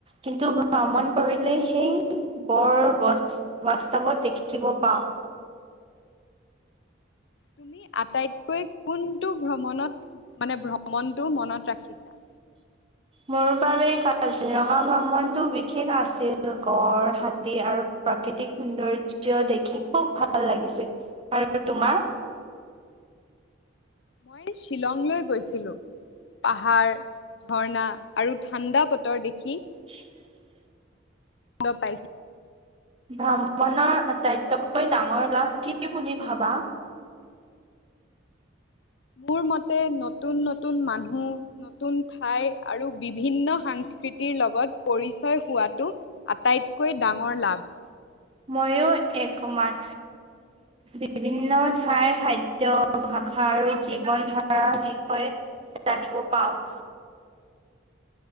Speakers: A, on the right; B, on the left.
A: কিন্তু ভ্ৰমণ কৰিলে সেই বৰ বস্ত বাস্তৱত দেখিব পাওঁ।
B: তুমি আটাইতকৈ কোনটো ভ্ৰমণত মানে ভ্ৰমণটো মনত ৰাখিছা?
A: মোৰ বাবে কাজিৰঙা ভ্ৰমণটো বিশেষ আছিল। গড় হাতী আৰু প্ৰাকৃতিক সৌন্দৰ্য্য দেখি খুব ভাল লাগিছিল। আৰু তোমাৰ?
B: মই শ্বিলংলৈ গৈছিলোঁ। পাহাৰ ঝৰ্ণা আৰু ঠাণ্ডা বতৰ দেখি
A: <unintelligible>
B: দ পাইছো।
A: ভ্ৰামণৰ আটাইতকৈ ডাঙৰ লাভ কি বুলি ভাবা?
B: মোৰ মতে নতুন নতুন মানুহ নতুন ঠাই আৰু বিভিন্ন সাংস্কৃতিৰ লগত পৰিচয় হোৱাটো আটাইতকৈ ডাঙৰ লাভ।
A: ময়ো একমত। বিভিন্ন ঠাইৰ খাদ্য, ভাষা আৰু জীৱন ধাৰা বিষয়ে জানিব পাওঁ।